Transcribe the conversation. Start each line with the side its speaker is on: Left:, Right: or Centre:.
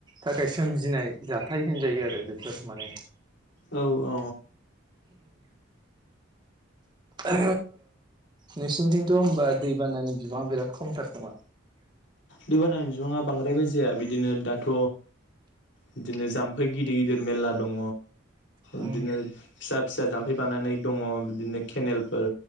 Right: थाखाय सोमजिनाय जाथाय होनजायो आरो बेफोर माने
Left: औ औ
Right: अ नोंसिनिथिंथ' हबा दैबानानि बिबाङा बिराद खमथार नामा
Left: दैबानानि बिबङा बांद्रायबो जाया बिदिनो दाथ' बिदिनो जाम्फै गिदिर गिदिर मेरला दङ
Right: औ
Left: बिदिनोसाब फिसा जाम्फै बानानै दङ बिदिनो केनेलफोर